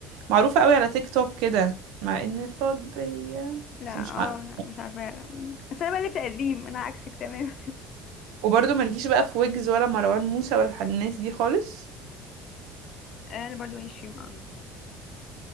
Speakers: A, on the right; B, on the left.
A: معروفه قوي على تيك توك كده مع ان فاض بيا
B: لا
A: بس مش
B: اه
A: عارفه
B: لا مش عارفة لا. بس أنا بقى في قديم أنا عكسك تمام
A: وبرضه ملكيش بقى في ويجز ولا مروان موسى ولا الناس دي خالص
B: <laughs> أنا برضو ماليش فيهم أوي